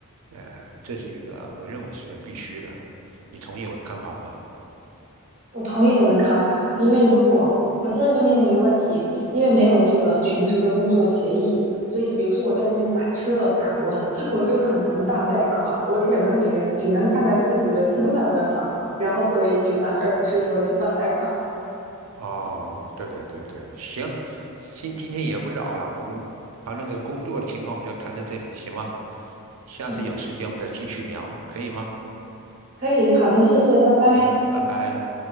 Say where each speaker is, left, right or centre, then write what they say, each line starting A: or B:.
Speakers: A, on the right; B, on the right.
A: 呃，这是一个我认为是个必须的。你同意我的看法吗？
B: 我同意您的看法，因为如果我现在就面临一个问题，因为没有这个全职的工作协议，所以比如说我在这边买车的话，我 <laughs> 我就很难办贷款，我可能只只能看看自己的存款有多少，然后作为预算，而不是说去办贷款。
A: 哦，对对对对，行，今今天也不早了，我们谈论这个工作的情况，我们就谈到这里，行吗？下次有时间我们再继续聊，
B: 嗯，
A: 可以吗？
B: 可以，好的，谢谢，拜拜。
A: 行，拜拜。